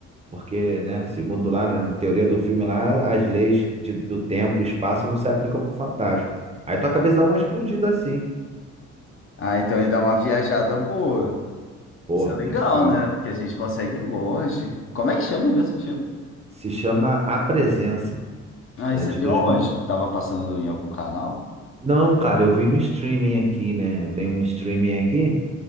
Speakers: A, on the right; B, on the left.
A: Porque, né, segundo lá na teoria do filme lá, as leis de- do tempo e espaço não se aplicam pro fantasma. Aí tua cabeça dá uma explodida assim.
B: Ah, então ele dá uma viajada boa.
A: Porra,
B: Isso é legal,
A: nem falo.
B: né? Porque a gente consegue ir longe. Como é que chama mesmo o filme?
A: Se chama A Presença.
B: Ah,
A: É
B: e você
A: de
B: viu
A: 2000.
B: onde? Tava passando em algum canal?
A: Não, cara, eu vi no streaming aqui, né? Eu tenho um streaming aqui,